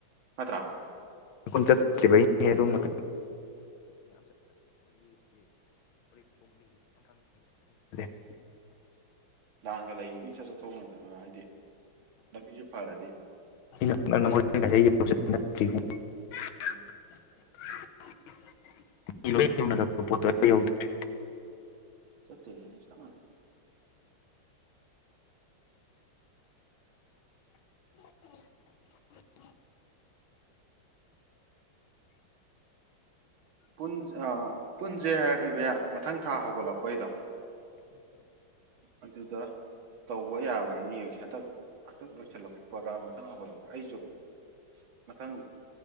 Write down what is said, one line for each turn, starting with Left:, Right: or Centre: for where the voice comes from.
Right: ꯅꯠꯇ꯭ꯔꯥ
Left: ꯀꯟ ꯆꯠꯇ꯭ꯔꯤꯕꯩꯅꯦ ꯑꯗꯨꯝꯅ <inaudible>
Right: ꯂꯥꯟꯂꯒ ꯂꯩꯈꯤꯕ ꯏꯆꯠ ꯆꯠꯊꯣꯛꯅꯗꯅ ꯍꯥꯏꯗꯤ ꯑꯃꯤꯁꯨ ꯐꯥꯔꯗ
Left: ꯑꯩꯅ <inaudible>
Right: ꯎꯝ
Left: <inaudible>
Right: ꯆꯠꯇꯦ ꯍꯦ ꯆꯞ ꯃꯥꯟꯅꯩ
Left: <inaudible>
Right: ꯄꯨꯟ ꯄꯨꯟꯁꯖꯦ ꯍꯥꯏꯔꯗꯤ ꯚꯌꯥ ꯃꯊꯪ ꯊꯥ ꯍꯧꯒꯠꯂꯛꯄꯩꯗꯣ ꯑꯗꯨꯗ ꯇꯧꯕ ꯌꯥꯕ꯭ꯔꯥ ꯌꯦꯡꯁꯦ ꯍꯟꯗꯛ ꯍꯟꯗꯛ ꯂꯣꯏꯁꯤꯜꯂꯛꯄ꯭ꯔꯥ ꯃꯊꯪ ꯍꯧꯒꯠꯂꯛꯄ꯭ꯔꯥ ꯑꯩꯁꯨ ꯃꯊꯪ